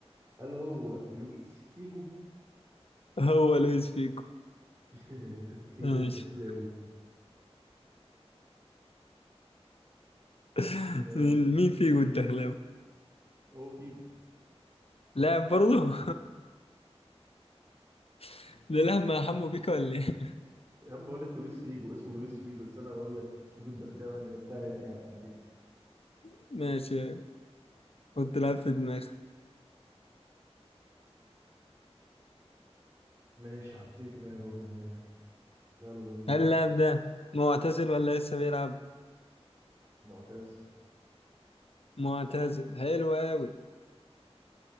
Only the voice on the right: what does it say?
هل هو لويس فيجو
<laughs> فيجو
الدخلاوي
آه،
هو فيجو
يا عم بقول لك لويس فيجو اسمه لويس فيجو بس انا بقول لك فيجو الدخلاوي اني بتريق يعني عادي
ماشي حطيت لعبه في دماغي يلا بينا
معتزل